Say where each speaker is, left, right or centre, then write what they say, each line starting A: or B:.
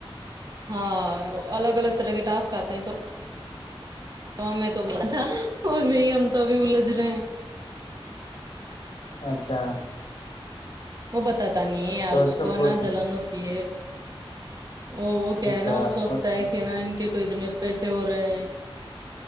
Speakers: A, on the right; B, on the left.
A: ہاں الگ الگ طرح کے ٹسک آتے ہیں تو تو ہم میں تو بلا تھا وہ نہیں ہم تو ابھی الجھ رہے ہیں
B: اچھا
A: وہ بتاتا نہیں ہے یار
B: تو
A: اس
B: سے
A: کو
B: پوچھ
A: نہ جلن ہوتی ہے وہ وہ کیا
B: اچھا
A: ہے نا وہ سوچتا
B: اچھا
A: ہے کہ نا ان کے تو اتنے پیسے ہو رہے ہیں